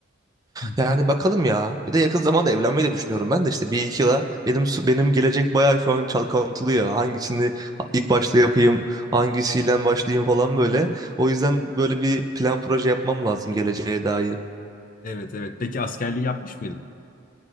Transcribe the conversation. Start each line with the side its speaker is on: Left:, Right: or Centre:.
Left: Hı
Right: Yani
Left: hı.
Right: bakalım ya. Bir de yakın zamanda evlenmeyi de düşünüyorum ben de işte bir iki yıla benim benim gelecek bayağı şu an çalkantılı ya. Hangisini ilk başta yapayım, hangisiyle başlayayım falan böyle. O yüzden böyle bir plan proje yapmam lazım geleceğe dair.
Left: Evet evet. Peki askerliği yapmış mıydın?